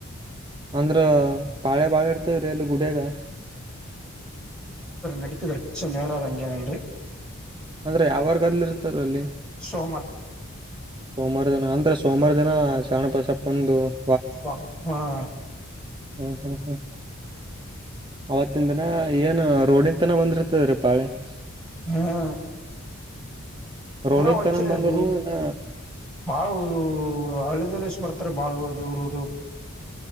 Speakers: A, on the right; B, in the centre.
A: ಅಂದ್ರ ಬಾಳೆ ಬಾಳ ಇರ್ತದ್ರಿ ಅಲ್ಲಿ ಗುಡಿಯಾಗ <inaudible>
B: ನಡತಿದ್ರೀ ಶನಿವಾರ ಹಂಗೇನಲ್ರರಿ <inaudible>
A: ಅಂದ್ರೆ ಯಾವರ್ಗ ಅಲ್ಲಿ ಇರ್ತಾರೆ ಅಲ್ಲಿ
B: ಸೋಮವಾರ
A: <inaudible> ಸೋಮವಾರ ದಿನ ಅಂದ್ರೆ ಸೋಮವಾರ ದಿನ ಸಣ್ಣ ಬಸಪ್ಪನದು <inaudible>
B: ಹಾ ಹಾ <inaudible>
A: ಹ್ಮ್ ಹ್ಮ್ ಹ್ಮ್ ಅವತ್ತಿನ ದಿನ ಏನು ರೋಡನ್ ತನ ಬಂದಿರ್ತದ ರೀ ಪಾಳೆ <unintelligible>
B: ಹ್ಮ್
A: ರೋಡಿನ
B: ಪೂರಾ ವಜ್ಜ್ರಲ್ಲಿ
A: ತನ ಬಂದ್ರನು ಇನ್ನ
B: ಬಾವು ಹಳ್ಳದಲ್ಲಿಷ್ಟ <inaudible> ಬರ್ತಾರೆ ಬಾಳ್ದುೂರುದು <unintelligible>